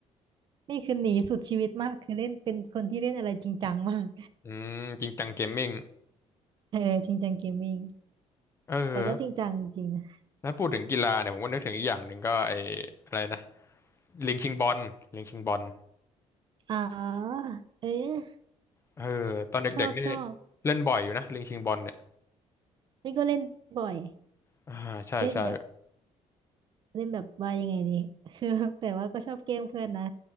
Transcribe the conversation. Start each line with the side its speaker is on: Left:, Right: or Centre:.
Right: นี่คือหนีสุดชีวิตมากคือเล่นเป็นคนที่เล่นอะไรจริงจังมาก
Left: อืมจริงจังเกมมิ่ง
Right: <laughs> เออจริงจังเกมมิ่ง
Left: เออ
Right: แต่ก็จริงจังจริงนะ
Left: ถ้าพูดถึงกีฬาเนี่ยผมก็นึกถึงอีกอย่างหนึ่งก็ไอ้อะไรนะลิงชิงบอลลิงชิงบอล
Right: อ๋อเออ
Left: เออตอนเด็กๆนี่
Right: ชอบชอบ
Left: เล่นบ่อยอยู่นะลิงชิงบอลเนี่ย
Right: นี่ก็เล่นบ่อย
Left: อ่าใช่ใช่
Right: เล่นแบบ เล่นแบบว่ายังไงดี <laughs> คือแต่ว่าก็ชอบแกล้งเพื่อนนะ